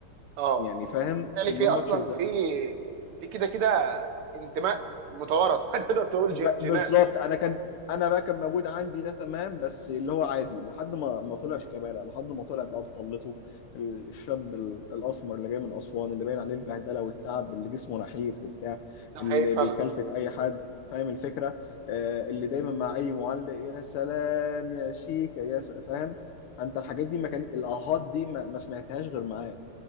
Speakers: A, on the right (about 80°); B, on the left (about 80°).
A: اه
B: يعني فاهم
A: تالي
B: يوم
A: اصلا
B: ماتش
A: في في كده كده انتماء متوارث <laughs> تقدر تقول
B: ب...
A: جي- جينات
B: بالظبط
A: يعني
B: انا كان انا بقى كان موجود عندي ده تمام بس اللي هو عادي لحد ما ما طلع شيكابالا لحد ما طلع بقى بطلته ال- الشاب ال- الاسمر اللي جاي من اسوان اللي باين عليه البهدله والتعب اللي جسمه نحيف وبتاع
A: ده
B: اللي
A: حقيقي فعلا
B: بيكلفت اي حد فاهم الفكره آه اللي دايما مع اي معلق يا سلام يا شيكا يا س... فاهم انت الحاجات دي ما كان الاهات دي ما, ما سمعتهاش غير معاه